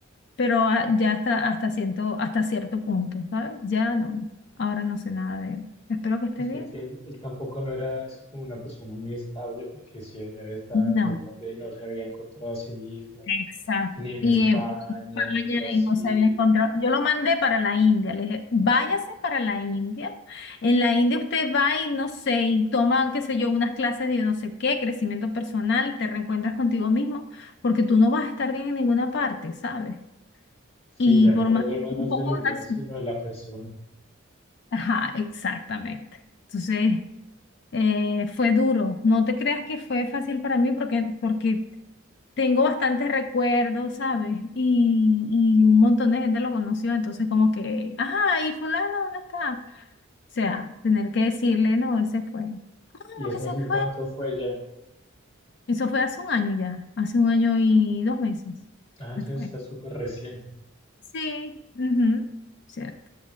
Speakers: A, on the left (about 55°); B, on the left (about 30°).
A: Pero ah, ya hasta, hasta, siento, hasta cierto punto, ¿sabes? Ya no, ahora no sé nada de él. Espero que esté
B: o sea
A: bien.
B: que él, él tampoco no era así como una persona muy estable porque si ella había estado
A: No.
B: en Colombia y no se había encontrado a sí mismo,
A: Exacto.
B: ni en
A: Y
B: España,
A: en España
B: ni en Brasil.
A: y no se había encontrado. Yo lo mandé para la India. Le dije, váyase para la India. En la India usted va y no sé, y toma, qué sé yo, unas clases de no sé qué, crecimiento personal, te reencuentras contigo mismo, porque tú no vas a estar bien en ninguna parte, ¿sabes?
B: Sí,
A: Y
B: ya el
A: por
B: problema
A: más un
B: no es
A: poco
B: del lugar,
A: así.
B: sino de la persona.
A: Ajá, exactamente. Entonces, eh, fue duro. No te creas que fue fácil para mí porque, porque Tengo bastantes recuerdos, ¿sabes? Y, y un montón de gente lo conoció, entonces como que, ajá, ¿y fulano dónde está? O sea, tener que decirle, no, él se fue. ¿Cómo
B: ¿Y eso
A: que se
B: hace cuánto
A: fue?
B: fue ya?
A: Eso fue hace un año ya, hace un año y dos meses
B: Ah, entonces
A: se fue.
B: está súper reciente.
A: Sí, ujú, cierto.